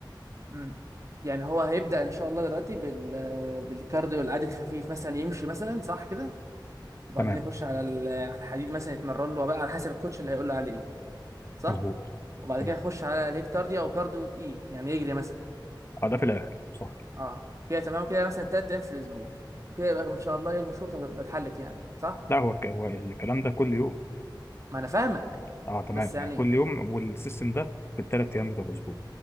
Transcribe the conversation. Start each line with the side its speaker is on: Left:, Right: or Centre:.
Right: امم يعني هو هيبدأ ان شاء الله دلوقتي بال آه، بالكارديو العادي الخفيف مثلا يمشي مثلا صح كده وبعدين
Left: تمام
Right: يخش على ال- آه، على الحديد مثلا يتمرن له بقى على حسب الكوتش اللي هيقول له عليه صح
Left: مظبوط
Right: وبعد
Left: تمام
Right: كده يخش على الهيت كارديو او كارديو تقيل يعني يجري مثلا
Left: اه ده في الاخر صح
Right: اه كده تمام كده مثلا تلات ايام في الاسبوع وكده يبقى ان شاء الله مشكلتك هتبقى اتحلت يعني صح
Left: لا هو الك- هو الكلام ده كل يوم
Right: ما انا فاهمك
Left: اه
Right: بس
Left: تمام
Right: يعني
Left: يعني كل يوم والسيستم ده في الثلاث ايام بتوع الاسبوع